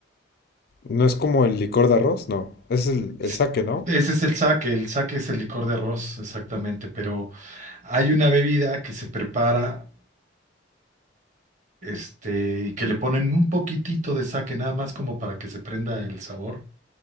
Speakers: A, on the left (about 55°); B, on the right (about 40°).
A: No es como el licor de arroz, no. Es el, el
B: S-
A: sake, ¿no?
B: Ese es el sake, el sake es el licor de arroz, exactamente, pero hay una bebida que se prepara, este, y que le ponen un poquitito de sake, nada más como para que se prenda el sabor.